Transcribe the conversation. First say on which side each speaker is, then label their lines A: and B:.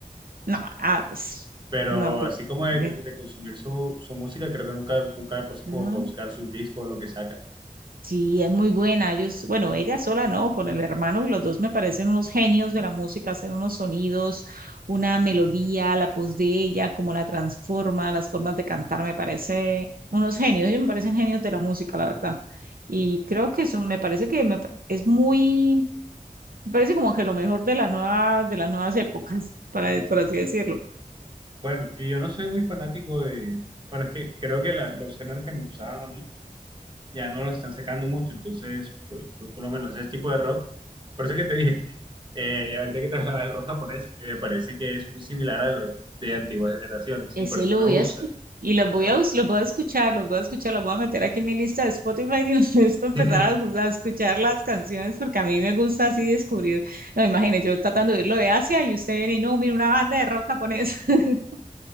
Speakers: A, on the right; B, on the right.
A: no, ah, pues,
B: Pero
A: no, pues,
B: así como de,
A: eh,
B: de consumir su, su música, creo que nunca, nunca me puse
A: no.
B: como que a buscar sus discos o lo que saca.
A: Sí, es muy buena. Ellos, bueno, ella sola no, con el hermano, los dos me parecen unos genios de la música, hacen unos sonidos, una melodía, la voz de ella, cómo la transforma, las formas de cantar, me parece unos genios. Ellos me parecen genios de la música, la verdad. Y creo que eso me parece que me pa- es muy, me parece como que lo mejor de la nueva, de las nuevas épocas, <laughs> para, por así decirlo.
B: Bueno, yo no soy muy fanático de... Bueno, es que creo que la- los géneros que me gustaban a mí ya no lo están sacando mucho, entonces, pues, pues, por lo menos ese tipo de rock. Por eso que te dije, <laughs> eh, ahorita que te hablaba del rock japonés, que me parece que es muy similar al rock de antiguas generaciones,
A: Ese
B: y por eso
A: lo
B: me
A: voy
B: gusta.
A: a escuchar y los voy
B: Por-
A: a, us- los voy a escuchar, los voy a escuchar, los voy a meter aquí en mi lista de Spotify y los <laughs> voy a empezar
B: <laughs>
A: a, us- a escuchar las canciones porque a mí me gusta así descubrir. No, imagínate, yo tratando de irlo de Asia y usted viene y no, mira una banda de rock japonés. <laughs>